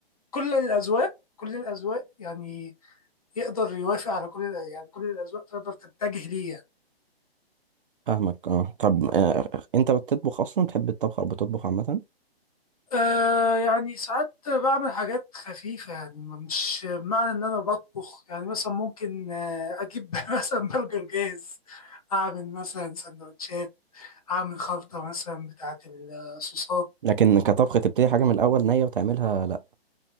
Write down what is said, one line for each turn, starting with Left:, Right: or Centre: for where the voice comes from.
Left: كل الأذواق كل الأذواق يعني يقدر يوافق على كل الأ- يعني كل الأذواق تقدر تتجه ليه يعني.
Right: فاهمك اه طب آه. انت بتطبخ اصلا تحب الطبخ او بتطبخ عامه
Left: أه يعني ساعات بعمل حاجات خفيفة يعني مش معنى إن أنا بطبخ يعني مثلا ممكن آه، أجيب <laughs> مثلا برجر جاهز أعمل مثلا سندوتشات أعمل خلطة مثلا بتاعة الصوصات
Right: لكن كطبخ تبتدي حاجه من الاول نيه وتعملها لا